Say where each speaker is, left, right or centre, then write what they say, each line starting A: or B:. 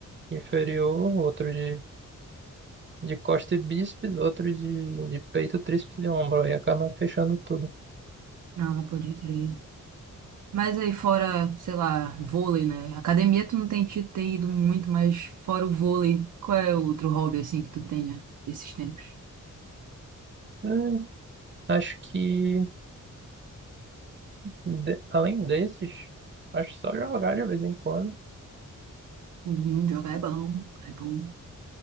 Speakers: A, on the right; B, on the right.
A: inferior, outro de, de costa e bíceps, outro de, de peito, tríceps e ombro. Aí acaba fechando tudo.
B: Ah, pode crer. Mas aí fora, sei lá, vôlei, né? Academia tu não tem, ti- tem ido muito, mas fora o vôlei, qual é outro hobby assim que tu tenha esses tempos?
A: Hum, acho que, de- além desses, acho que só jogar de vez em quando.
B: Hum, jogar é bom, jogar é bom.